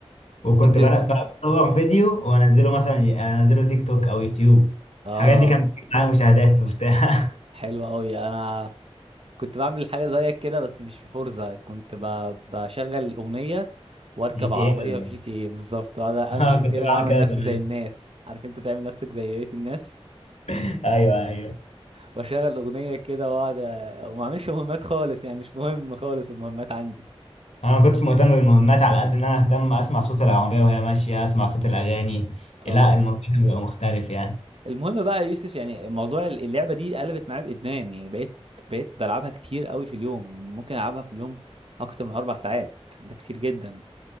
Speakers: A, on the left; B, on the right.
A: وكنت
B: وكنت
A: بلا- بلا- بصور فيديو وأنزله مثلا أنزله تيك توك أو يوتيوب
B: اه
A: الحاجات دي كانت بتجيب معايا مشاهدات وبتاع
B: حلو قوي انا كنت بعمل حاجه زيك كده بس مش في فورزا كنت ب... بشغل اغنيه واركب
A: جي تي
B: عربيه
A: ايه ولا
B: في
A: إيه؟
B: جي تي اي بالظبط وانا
A: <laughs> اه
B: امشي
A: كنت
B: كده
A: بعمل
B: واعمل
A: كده
B: نفسي
A: زمان
B: زي الناس عارف انت تعمل نفسك زي بقيه الناس
A: <laughs> ايوه ايوه
B: واشغل اغنيه كده واقعد أ- وما اعملش مهمات خالص يعني مش مهم خالص المهمات عندي
A: انا ما كنتش مهتم بالمهمات على قد ان انا اهتم اسمع صوت العربيه وهي ماشيه اسمع صوت الاغاني لا
B: اه
A: الموضوع كان بيبقى مختلف يعني
B: المهم بقى يا يوسف يعني موضوع ال- اللعبه دي قلبت معايا بادمان يعني بقيت بقيت بلعبها كتير قوي في اليوم ممكن العبها في اليوم اكتر من اربع ساعات ده كتير جدا